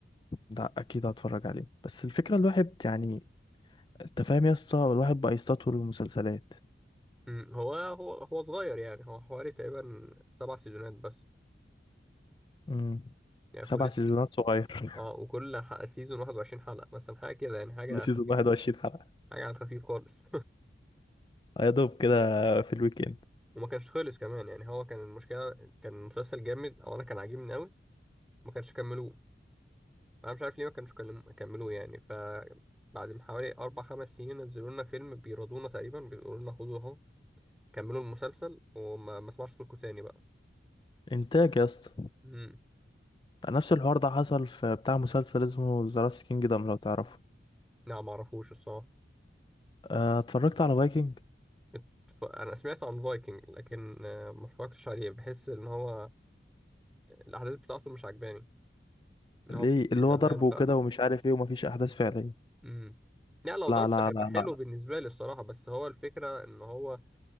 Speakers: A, on the left; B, in the centre.
A: لا اكيد هتفرج عليه بس الفكرة الواحد يعني انت فاهم يا اسطى الواحد بقى يستطول المسلسلات
B: امم هو هو هو صغير يعني هو حوالي تقريبا سبع سيزونات بس
A: امم
B: يعني
A: سبع
B: كل
A: سيزونات
B: سي...
A: صغير <laughs>
B: اه وكل ح- سيزون 21 حلقه مثلا حاجه كده يعني حاجه
A: كل سيزون
B: خفيفه
A: 21 حلقة
B: حاجه على الخفيف خالص
A: يا دوب كده في الويكند
B: وما كانش خلص كمان يعني هو كان المشكله كان مسلسل جامد او انا كان عاجبني قوي ما كانش كملوه انا مش عارف ليه ما كانش كلم- كملوه يعني ف بعد ما حوالي اربع خمس سنين نزلوا لنا فيلم بيرضونا تقريبا بيقولوا لنا خدوا اهو كملوا المسلسل وما ما اسمعش صوتكم تاني بقى
A: انتاج يا اسطى
B: امم
A: نفس الحوار ده حصل في بتاع مسلسل اسمه ذا لاست كينجدم لو تعرفه
B: لا ما اعرفوش الصراحه
A: اه، اتفرجت على فايكنج
B: ات- ف- انا سمعت عن فايكنج لكن آه، ما اتفرجتش عليه بحس ان هو الاحداث بتاعته مش عجباني ان
A: ليه
B: هو في
A: اللي
B: زمان
A: هو ضرب وكده
B: بقى
A: ومش عارف ايه ومفيش احداث فعليه
B: امم لا لو
A: لا
B: ضرب
A: لا
B: هيبقى
A: لا
B: حلو
A: لا
B: بالنسبه لي الصراحه بس هو الفكره ان هو